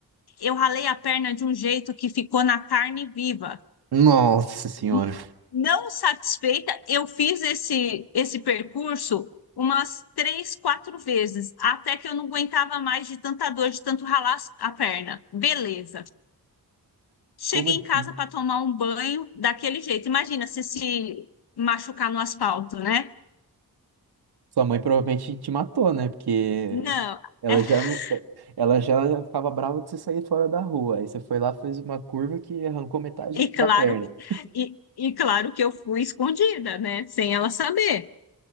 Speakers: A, on the left (about 80°); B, on the right (about 80°).
A: Eu ralei a perna de um jeito que ficou na carne viva.
B: Nossa senhora.
A: N- Não satisfeita, eu fiz esse, esse percurso umas três, quatro vezes, até que eu não aguentava mais de tanta dor, de tanto ralar a perna. Beleza. Cheguei
B: Como assim?
A: em casa para tomar um banho daquele jeito. Imagina se se machucar no asfalto, né?
B: Sua mãe provavelmente te matou, né? Porque
A: Não.
B: ela
A: <laughs>
B: já não, ela já ficava brava de você sair fora da rua. Aí você foi lá, fez uma curva que arrancou metade
A: E claro,
B: da perna.
A: e, e claro que eu fui escondida, né? Sem ela saber.